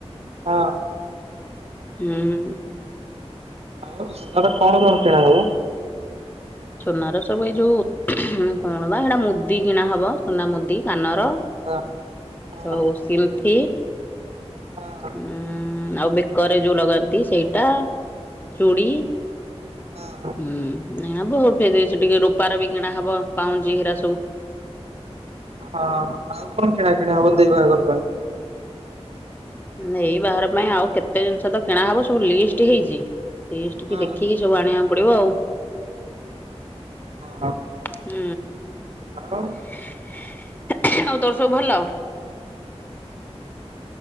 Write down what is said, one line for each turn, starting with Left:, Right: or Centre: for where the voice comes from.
Right: ହଁ
Left: ହୁଁ।
Right: ଆଉ ସୁନାର କଣ କଣ କିଣା ହବ?
Left: ସୁନାର ସବୁ ଏଇ ଯଉ କଣ ବା ସେଇଟା ମୁଦି କିଣା ହବ ସୁନା ମୁଦି କାନର
Right: ହଁ ହଁ
Left: ଆଉ ସିନ୍ଥି
Right: ହଁ।
Left: ହୁଁ ଆଉ ବେକରେ ଯଉ ଲଗାନ୍ତି ବି ସେଇଟା ଚୁଡ଼ି
Right: ହଁ
Left: ହୁଁ <unintelligible> ଟିକେ ରୂପାର ବି କିଣା ହବ ପାଉଁଜି ହେରା ସବୁ।
Right: ହଁ ଆଉ କଣ କିଣା କିିଣି ହବ ଦେଇ ବାହାଘର ପାଇଁ?
Left: ଉଁ ଏଇ ବାହାର ପାଇଁ ଆଉ କେତେ ଜିନିଷ ତ କିଣା ହବ ସବୁ ଲିଷ୍ଟି ହେଇଛି ଲିଷ୍ଟି
Right: ହଁ
Left: କି ଦେଖିକି ସବୁ ଆଣିବାକୁ ପଡିବ ଆଉ।
Right: ହଁ।
Left: ହୁଁ।
Right: ଆଉ?
Left: ଆଉ ତୋର ସବୁ ଭଲ?